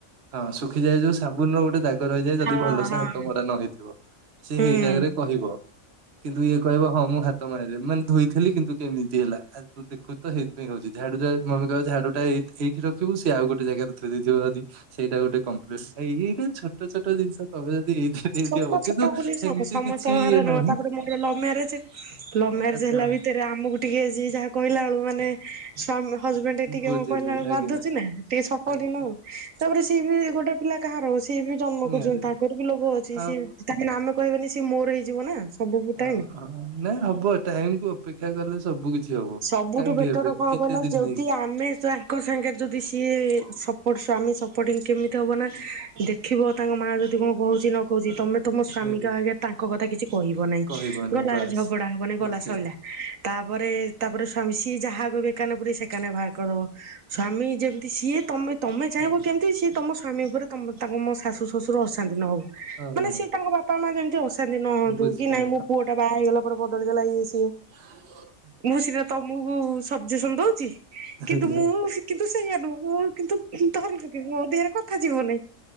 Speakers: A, on the right; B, on the right.
A: ହଁ ଶୁଖିଯାଏ ଯୋଉ ସାବୁନ ର ଗୋଟେ ଦାଗ ରହିଯାଏ ଯଦି
B: ହଁ
A: ଭଲସେ
B: ହଁ
A: ହାତ ମରା ନ ହେଇଥିବ। ସେ
B: ହୁଁ।
A: ସେଇଟାରେ କହିବ। କିନ୍ତୁ ଇଏ କହିବ ହଁ ମୁଁ ହ ତ ମରାଯାଏ। ମାନେ ଧୋଇଥିଲି କିନ୍ତୁ କେମିତି ହେଲା। ତୁ ଦେଖୁଚୁ ତ ସେଇଥିପାଇଁ ହଉଛି। ଝାଡୁ ଟା ମମି କହିବ ଝାଡୁଟା ଏଇ ଏଇଠି ରଖିବୁ ସିଏ ଆଉ ଗୋଟେ ଯାଗାରେ ଥୋଇ ଦେଇଥିବ ଯଦି। ସେଇଟା ଗୋଟେ କଂପ୍ଳେନ୍। ଏଇଟା ଛୋଟ, ଛୋଟ ଜିନିଷ ତମେ ଯଦି ଏଇଠି
B: ଛୋଟ
A: ହବ
B: ଛୋଟ
A: କିନ୍ତୁ
B: ବୋଲି
A: ସେମିତି
B: ସମ ସମସ୍ତଙ୍କ
A: କିଛି
B: ଘରେ
A: ଇଏ
B: ନୁହଁ।
A: ନାହିଁ
B: ତାପରେ ମୋର ଲଭ ମ୍ୟାରେଜ। ଲଭ ମ୍ୟାରେଜ
A: ଆଚ୍ଛା
B: ହେଲା ଭିତରେ ଦେ ଆମକୁ ଟିକେ ଯିଏ ଯାହା କହିଲା ବେଳକୁ ମାନେ ସମ୍ ହଜବେଣ୍ଡ ଟିକେ
A: ବୁଝିଲି
B: କଣ କହିଲାବେଳକୁ
A: ଆଜ୍ଞା
B: ବାଧୁଚି ନା। ଟିକେ
A: ଆଜ୍ଞା ଆଜ୍ଞା
B: <unintelligible> ତାପରେ ସିଏ ବି ଗୋଟେ ପିଲା କାହାର ହବ। ସିଏ ବି ଜନ୍ମ
A: ନିହାତି
B: କରିଚନ୍ତି। ତାଙ୍କର ବି ଲୋଭ ଅଛି।
A: ଆଉ
B: ସିଏ କାହିଁକି ନା ଆମେ କହିବାନି ସିଏ ମୋର ହେଇଯିବ ନା? ସବୁ
A: ଓ
B: ଟାଇମ୍
A: ହୋ। ନାଇଁ ହବ ଟାଇମ୍ କୁ ଅପେକ୍ଷା କଲେ ସବୁ କିଛି ହବ
B: ସବୁଠୁ
A: କାହିଁକି
B: ବେଟର
A: ହେବେନି
B: କଣ
A: କେତେ
B: କହିଲ?
A: ଦିନ
B: ଯଦି
A: ନେଇକି
B: ଆମେ ଯା ତାଙ୍କ ସାଙ୍ଗରେ ଯଦି ସିଏ ସପୋର୍ଟ ମ୍ଧାମୀ ସପୋର୍ଟିଂ ଥିବେ ହବ ନା। ଦେଖ୍ ଦେଖିବ ତାଙ୍କ ମାଆ ଯଦି କଣ କହୁଛି ନ କହୁଛି ତମେ ତମ ସ୍ଵାମୀଙ୍କ
A: ଆଜ୍ଞା
B: ଆଗରେ ତାଙ୍କ କଥା କିଛି କହିବ ନାହିଁ।
A: କହିବନି
B: ଗଲା
A: ବାସ୍
B: ଝଗଡା ହବନି ଗଲା
A: ଏକ୍ଜାକ୍ଟ
B: ଶଇଲା। ତା ପରେ ତା ପରେ ସ୍ଵମୀ ସିଏ ଯାହା, କହିବେ ଏ କାନେ ପୁରାଇ ସେ କାନରେ ବାହାର କରିଦବ। ସ୍ଵମୀ ଯେମିତି ସିଏ ତମେ ତମେ ଚାହିଁବ
A: ଆଜ୍ଞା
B: କେମିତି ସିଏ ତମ ସ୍ୱାମୀ ଉପରେ ତମ ତମ ଶାଶୁ ଶାଶୁ, ଶଶୁର ଅଶାନ୍ତି ନ ହଉ,
A: ହଁ
B: ମାନେ ସିଏ ତାଙ୍କ ବାପା ମା ଯେମିତି ଅଶାନ୍ତି ନ ହୁହନ୍ତୁ,
A: ବୁଝିଲେ
B: କି ନାଇଁ ମୋ ପୁଅ ଟା ବାହା ହେଇଗଲା ପରେ ବଦଳି ଗଲା ଇଏ ସିଏ।
A: ହ୍ନାଗ୍ର୍।
B: ମୁଁ ସିନା ତମୁକୁ ସଜେସନ ଦଉଚି।
A: ହେଲେ
B: କିନ୍ତୁ ମୁଁ କିନ୍ତୁ ସେଇଆା ନୁହଁ। ମୁଁ କିନ୍ତୁ ଧରି ପକେଇବି ମୋ ଦେହରେ କଥା ଯିବନି।